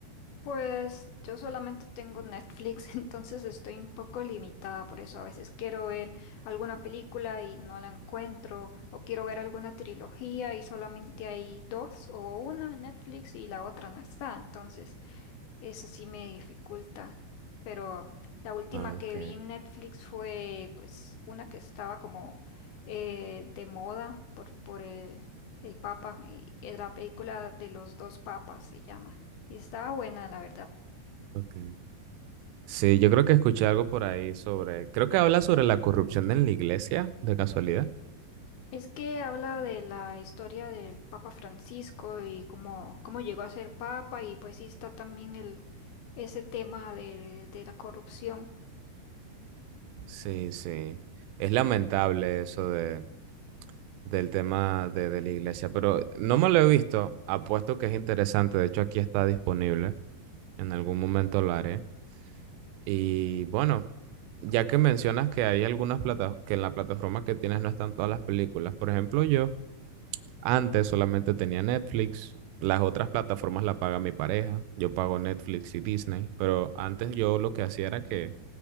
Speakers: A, on the left; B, on the right.
A: Pues yo solamente tengo Netflix, <laughs> entonces estoy un poco limitada por eso. A veces quiero ver alguna película y no la encuentro, o quiero ver alguna trilogía y solamente hay dos o una en Netflix y la otra no está. Entonces, eso sí me dificulta, pero la última
B: Ah,
A: que
B: ok,
A: vi en Netflix fue pues una que estaba como eh, de moda por, por el, el Papa, y es la película de los dos papas se llama, y estaba buena la verdad.
B: ok. Sí, yo creo que escuché algo por ahí sobre, creo que habla sobre la corrupción en la iglesia, de casualidad.
A: Es que habla de la historia del Papa Francisco y cómo, cómo llegó a ser Papa y pues sí está también el, ese tema de, de la corrupción.
B: Sí, sí. Es lamentable eso de, del tema de, de la iglesia, pero no me lo he visto. Apuesto que es interesante. De hecho, aquí está disponible. En algún momento lo haré. Y bueno, ya que mencionas que hay algunas plata que en la plataforma que tienes no están todas las películas. Por ejemplo, yo antes solamente tenía Netflix. Las otras plataformas la paga mi pareja. Yo pago Netflix y Disney. Pero antes yo lo que hacía era que